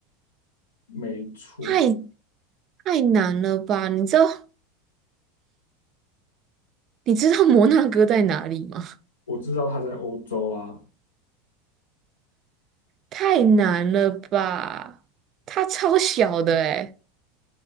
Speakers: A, on the left; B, on the right.
A: 没错。
B: 太太难了吧？你知道你知道摩纳哥在哪里吗？
A: 我知道他在欧洲啊，
B: 太难了吧？它超小的诶，